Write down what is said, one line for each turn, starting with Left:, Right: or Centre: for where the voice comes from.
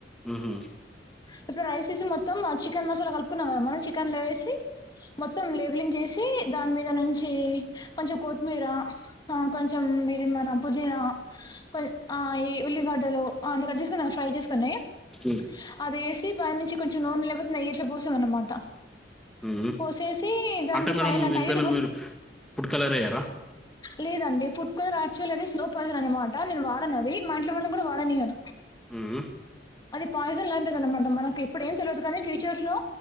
Centre: ఉహు
Left: ఇప్పుడు రైసేసి మొత్తం ఆ చికెన్ మసాలా కలుపుకున్నాము కద మనం చికెన్లో ఎసి మొత్తం లేవలింగ్ చేసి దాని మీదా నుంచి కొంచెం కోత్మీర ఆ కొంచెం ఇది మన పుదీనా కొ ఆ ఈ ఉల్లిగడ్డలు అంటే కట్ జేసుకొని ఫ్రై చేసుకున్నయి
Centre: ఉమ్
Left: అది ఏసి పైనుంచి కొంచెం నూనే లేపోతే నెయ్యి ఇట్ల పోసంనమాట
Centre: హ్మ్.
Left: పోసేసి దానికి
Centre: అంటే మేడం
Left: పైన
Centre: దీనిపైన
Left: టైట్గా
Centre: మీరు ఫ్ ఫుడ్ కలర్ ఎయ్యరా?
Left: లేదండి ఫుడ్ కలర్ యాక్చువల్లీ అదే స్లో పాయిజన్ అనమాట నేను వాడను అది మా ఇంట్లో వాళ్ళని గూడా వాడనియను
Centre: ఉమ్
Left: అది పాయిజన్ లాంటిది అనమాట మనకి ఇప్పుడు ఏం తెల్వద్ కానీ ఫ్యూచర్స్లో